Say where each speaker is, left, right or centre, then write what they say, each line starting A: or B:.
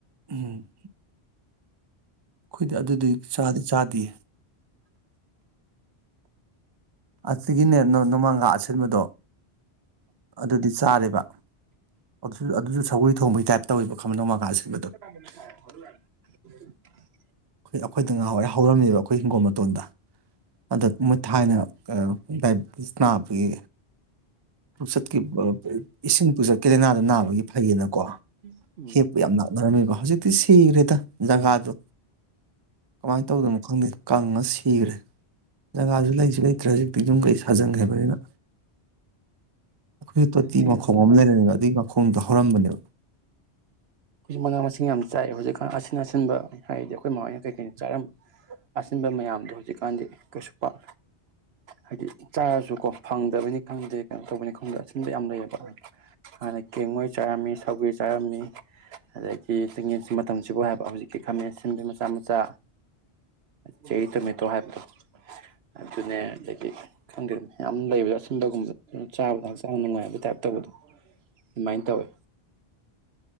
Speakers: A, on the right; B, on the right.
A: ꯎꯝ ꯑꯈꯣꯏꯗꯤ ꯑꯗꯨꯗꯤ ꯆꯥꯗꯤ ꯆꯥꯗꯤꯌꯦ ꯑꯗꯨꯗꯒꯤꯅꯦ ꯅꯣꯡꯃꯥꯡꯒꯥ ꯑꯁꯤꯟꯕꯗꯣ ꯑꯗꯨꯗꯤ ꯆꯥꯔꯦꯕ ꯑꯗꯨꯁꯨ ꯑꯗꯨꯁꯨ ꯁꯧꯒ꯭ꯔꯤ ꯊꯣꯡꯕꯒꯤ ꯇꯥꯏ꯭ꯞ ꯇꯧꯋꯦꯕ ꯈꯪꯕ
B: <unintelligible>
A: ꯅꯣꯡꯃꯥꯡꯒꯥ ꯑꯁꯤꯟꯕꯗꯣ ꯑꯈꯣꯏꯗ ꯉꯥꯍꯥꯎꯋꯥꯢ ꯍꯧꯔꯝꯃꯦꯕ ꯑꯈꯣꯏ ꯍꯤꯡꯒꯣꯜ ꯃꯇꯣꯟꯗ ꯑꯗ ꯃꯣꯏ ꯊꯥꯏꯅ ꯗꯥꯏꯕꯤꯇꯤꯁ ꯅꯥꯕ ꯒꯤ ꯄꯨꯆꯠꯀꯤ ꯏꯁꯤꯡ ꯄꯨ ꯆꯠꯀꯤ ꯂꯩꯅꯥꯗꯣ ꯅꯥꯕꯒꯤ ꯐꯩꯌꯦꯅꯕꯀꯣ
B: ꯎꯝ
A: ꯍꯦꯛꯄ ꯌꯥꯝ ꯂꯥꯛꯅꯔꯝꯃꯦꯕ ꯍꯧꯖꯤꯛ ꯁꯤꯈ꯭ꯔꯦꯗ ꯖꯒꯥꯗꯣ ꯀꯃꯥꯏꯅ ꯇꯧꯗꯅꯣ ꯈꯪꯗꯦ ꯀꯪꯉ ꯁꯤꯈ꯭ꯔꯦ ꯖꯒꯥꯁꯨ ꯂꯩꯁꯨ ꯂꯩꯇ꯭ꯔꯦ ꯍꯧꯖꯤꯛꯇꯤ ꯌꯨꯝ ꯀꯩ ꯁꯥꯖꯟꯈ꯭ꯔꯥꯕꯅꯤꯅ ꯑꯈꯣꯏ ꯇꯣꯇꯤ
B: ꯑꯗꯨꯅꯦ
A: ꯃꯈꯣꯡ
B: ꯍꯧꯖꯤꯛꯀꯥꯟ
A: ꯑꯃ ꯂꯩꯔꯝꯃꯦꯕ ꯑꯗꯨꯒꯤ ꯃꯈꯣ ꯈꯣꯡꯗ ꯍꯧꯔꯝꯕꯅꯦꯕ
B: ꯑꯈꯣꯢꯖꯨ ꯃꯅꯥ ꯃꯁꯤꯡ ꯌꯥꯝ ꯆꯥꯏ ꯍꯧꯖꯤꯛꯀꯥꯟ ꯑꯁꯤꯟꯕ ꯍꯥꯏꯗꯤ ꯑꯩꯈꯣꯏ ꯃꯃꯣꯏꯅ ꯀꯩꯀꯩꯅ ꯆꯥꯔꯝꯕ ꯑꯁꯤꯟꯕ ꯃꯌꯥꯝꯗꯣ ꯍꯧꯖꯤꯛꯀꯥꯟꯗꯤ ꯀꯩꯁꯨ ꯄꯥꯛ ꯍꯥꯏꯗꯤ ꯆꯥꯔꯁꯨꯀꯣ ꯐꯪꯗꯕꯅꯤ ꯈꯪꯗꯦ ꯀꯩꯅꯣ ꯇꯧꯕꯅꯤ ꯈꯪꯗꯦ ꯑꯁꯤꯟꯕ ꯌꯥꯝ ꯂꯩꯌꯦꯕ ꯍꯥꯟꯅ ꯀꯦꯡꯉꯣꯏ ꯆꯥꯔꯝꯃꯤ ꯁꯧꯒ꯭ꯔꯤ ꯆꯥꯔꯝꯃꯤ ꯑꯗꯒꯤ ꯆꯤꯡꯌꯦꯟꯁꯤ ꯃꯇꯝꯁꯤꯕꯨ ꯍꯥꯏꯕ ꯍꯧꯖꯤꯛꯀꯤ ꯈꯥꯃꯦꯟ ꯑꯁꯤꯟꯕꯤ ꯃꯆꯥ ꯃꯆꯥ ꯆꯦꯔꯤ ꯇꯣꯃꯦꯇꯣ ꯍꯥꯏꯕꯗꯣ ꯑꯗꯨꯅꯦ ꯑꯗꯒꯤ ꯈꯪꯗꯦ ꯌꯥꯝ ꯂꯩꯕꯗꯣ ꯑꯁꯤꯟꯕꯒꯨꯝꯕꯗ ꯆꯥꯕꯗ ꯍꯛꯆꯥꯡ ꯅꯨꯡꯉꯥꯏꯕ ꯇꯥꯏꯞ ꯇꯧꯢ ꯑꯗꯨꯃꯥꯏꯅ ꯇꯧꯋꯦ